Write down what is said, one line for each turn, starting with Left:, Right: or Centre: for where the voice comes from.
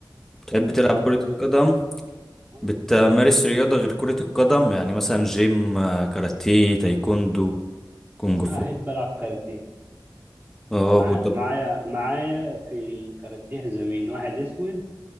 Centre: بتحب
Right: بحب
Centre: تلعب
Right: العب
Centre: كرة
Right: برضه
Centre: القدم
Right: رياضة كرة القدم آه،
Centre: بتمارس رياضة غير كرة القدم يعني مثلا جيم آه، كاراتيه تايكوندو كونج
Right: انا
Centre: فو
Right: احب العب كاراتيه
Centre: اه
Right: مع...
Centre: هو ده
Right: معايا معايا في الكاراتيه حزامين واحد اسود